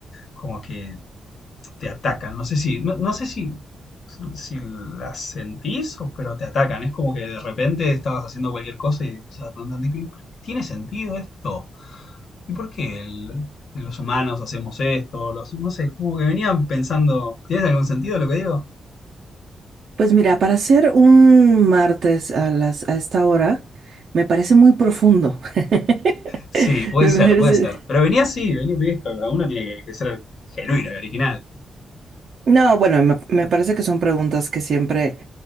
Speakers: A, on the left; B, on the right.
A: como que te atacan. No sé si, no, no sé si, si las sentís o pero te atacan. Es como que de repente estabas haciendo cualquier cosa y empezás a preguntarte, "¿Pero- pero ¿tiene sentido esto? ¿y por qué el- los humanos hacemos esto? Los, no sé, como que venían pensando, ¿tienes algún sentido lo que digo?
B: Pues mira, para hacer un martes a las, a esta hora, me parece muy profundo. <laughs>
A: Sí, puede
B: Me
A: ser,
B: parece-
A: puede ser. Pero venía así, venía, ves, cada uno tiene que, que ser genuino y original.
B: No, bueno, me, me parece que son preguntas que siempre